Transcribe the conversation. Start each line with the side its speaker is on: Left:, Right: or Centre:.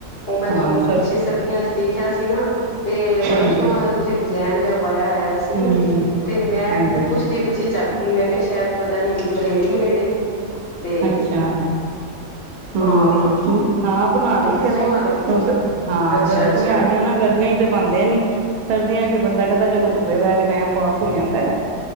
Left: ਉਹ ਮੈਂ
Right: ਹਾਂ
Left: ਤੁਹਾਨੂੰ
Right: ਸਰ
Left: ਪਿੱਛੇ ਸਰਦੀਆਂ ਚ ਦੇਖਿਆ ਸੀ ਨਾ। ਤੇ ਬੜਾ
Right: ਹਾਂਜੀ
Left: ਸੋਹਣਾ ਤੁਸੀਂ ਡਿਜ਼ਾਇਨ ਜਾਂ ਪਾਇਆ ਹੋਇਆ ਸੀ
Right: ਹਮ
Left: ਤੇ ਮੈਂ
Right: ਹਾਂਜੀ
Left: ਫ ਪੁੱਛਦੀ ਪੁੱਛਦੀ ਚੱਕ ਬੀ ਮੈਂ ਕਿਹਾ ਸ਼ੈਦ ਪਤਾ ਨੀ ਬਰੇਡੀਮੇਟ ਏ। ਤੇ
Right: ਅੱਛਾ ਹਮ-
Left: ਹਾਂ
Right: ਹਾਂ। ਬਣਾ
Left: ਤੇ
Right: ਲਈ ਦੇ
Left: ਸੋਹਣਾ
Right: ਣੇ
Left: ਲੱਗਦਾ
Right: ਹੁਣ ਸ ਹਾਂ
Left: ਅੱਛਾ
Right: ਗਰਮੀਆਂ
Left: ਅੱਛਾ
Right: ਆਈਆਂ ਨਾ ਗਰਮੀਆਂ ਚ ਤੇ ਬਣਦੇ ਨੀ। ਸਰਦੀਆ ਚ ਤੇ ਬੰਦਾ ਕਹਿੰਦਾ ਚਲੋ ਧੁੱਪੇ ਬਹਿ ਕੇ ਟੈਮ ਪਾਸ ਹੋ ਜਾਂਦੈ।